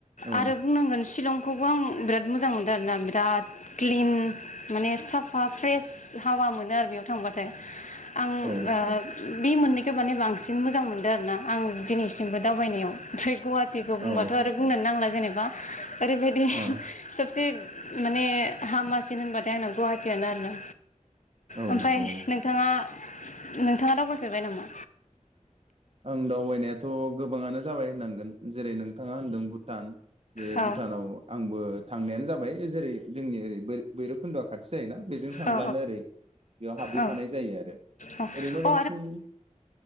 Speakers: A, on the right; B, on the left.
A: औ
B: आरो बुंनांगोन शिलं खौबो आं बिराद मोजां मोनदों आर ना बिराद क्लिन माने साफा फ्रेस हावा मोनो आरो बेयाव थांबाथाय आं ओ
A: औ
B: बे मोननैखो माने बांसिन मोजां मोनदो आरोना आं दिनैसिमबो दावबायनायाव फ्रे गवाट टिखौ बुंबाथ'
A: औ
B: आरो बुंनानो नांला जेनेबा ओरैबायदि
A: औ
B: सबसे माने हामासिन होनबाथाय आंना गहाटियानो आरोना
A: औ
B: ओमफ्राय
A: औ
B: नोंथाङा नोंथाङा दावबायफेरबाय नामा?
A: आं दावबायनायाथ' गोबाङानो जाबाय होननांगोन। जेरै नोंथाङा होनदों भुटान बे
B: औ
A: भुटानाव आंबो थांनायानो जाबाय जेरै जोंनि ओरै बोर भैरबखुन्द'आ खाथि जायोना बेजों थांब्लानो
B: औ
A: ओरै बेयाव हाबहैफानाय
B: औ
A: जायो आरो
B: औ
A: ओरैनो
B: अ
A: बांसिन